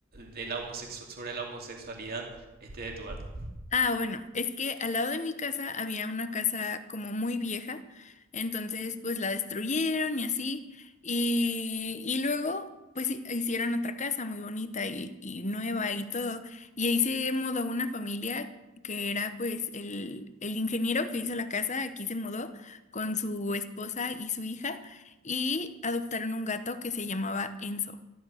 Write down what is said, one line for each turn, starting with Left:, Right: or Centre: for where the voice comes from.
Right: de la homosexu- sobre la homosexualidad este de tu gato?
Left: ah, bueno, es que al lado de mi casa había una casa como muy vieja, entonces pues la destruyeron y así, y, y luego pues hi- hicieron otra casa muy bonita y, y nueva y todo, y ahí se mudó una familia que era pues el, el ingeniero que hizo la casa, aquí se mudó con su esposa y su hija, y adoptaron un gato que se llamaba Enzo.